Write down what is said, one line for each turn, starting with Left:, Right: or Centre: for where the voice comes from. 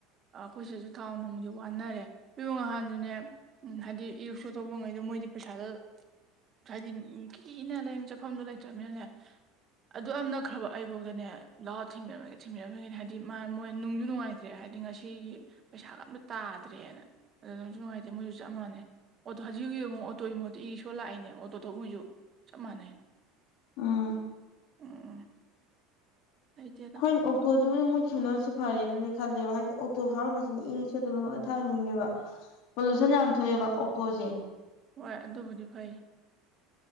Right: ꯑꯈꯣꯏ ꯁꯤꯗꯗꯨ ꯊꯥꯎ ꯅꯨꯡꯗꯤ ꯋꯥꯅꯔꯦ <unintelligible> ꯉꯍꯥꯟꯖꯨꯅꯦ ꯎꯝ ꯍꯥꯏꯗꯤ ꯏꯔꯤꯛꯁꯣ ꯊꯧꯕꯉꯩꯗꯣ ꯃꯣꯏꯗꯤ ꯄꯩꯁꯥꯗꯣ ꯊ꯭ꯔꯥꯢꯗꯤꯝ ꯎꯝ ꯀꯤ ꯀꯤ ꯏꯟꯅꯔ ꯂꯩꯔꯝ ꯆꯠꯐꯝꯗꯣ ꯂꯩꯇ꯭ꯔꯝꯃꯤꯅꯅꯦ ꯑꯗꯨꯌꯥꯝ ꯅꯛꯈ꯭ꯔꯕ ꯑꯩꯕꯧꯗꯅꯦ ꯂꯥꯛꯑꯣ ꯊꯤꯟꯕꯤꯔꯝꯃꯒꯦ ꯊꯤꯟꯕꯤꯔꯝꯃꯒꯦꯅ ꯍꯥꯏꯗꯤ ꯃꯥ ꯃꯣꯏ ꯅꯨꯡꯖꯨ ꯅꯨꯡꯉꯥꯏꯇ꯭ꯔꯦ ꯍꯥꯏꯗꯤ ꯉꯁꯤꯒꯤ ꯄꯩꯁꯥꯒ ꯑꯝꯇ ꯇꯥꯗ꯭ꯔꯦꯅ ꯑꯗꯣ ꯅꯨꯡꯁꯨ ꯅꯨꯡꯉꯥꯏꯇꯦ ꯃꯣꯏꯖꯨ ꯆꯞ ꯃꯥꯟꯅꯩ ꯑꯣꯇꯣ ꯍꯖꯤꯛ ꯌꯦꯡꯉꯣ ꯑꯣꯇꯣꯒꯤ ꯃꯍꯨꯠꯇ ꯏꯔꯤꯛꯁꯣ ꯂꯥꯛꯏꯅꯦ ꯑꯣꯇꯣ ꯊꯧꯕ ꯉꯩꯖꯨ ꯆꯞ ꯃꯥꯟꯅꯩ
Left: ꯎꯝ
Right: ꯎꯝ ꯂꯩꯇꯦꯗ
Left: ꯍꯣꯏꯅꯦ ꯑꯣꯛꯇꯣꯗꯨꯕꯨꯗꯤ ꯃꯨꯠꯈꯤꯕꯅꯕꯁꯨ ꯐꯔꯦꯅꯗꯤ ꯈꯜꯂꯦꯕ ꯍꯥꯏꯗꯤ ꯑꯣꯛꯇꯣ ꯊꯧꯔꯝꯕꯁꯤꯡꯖꯦ ꯏꯔꯤꯛꯁꯣꯗ ꯂꯣꯏ ꯑꯣꯟꯊꯍꯟꯅꯤꯡꯉꯦꯕ ꯄꯣꯂꯨꯁꯟ ꯌꯥꯝ ꯊꯣꯛꯑꯦꯕ ꯑꯣꯛꯇꯣꯖꯦ
Right: ꯍꯣꯏ ꯑꯗꯨꯕꯨꯗꯤ ꯐꯩ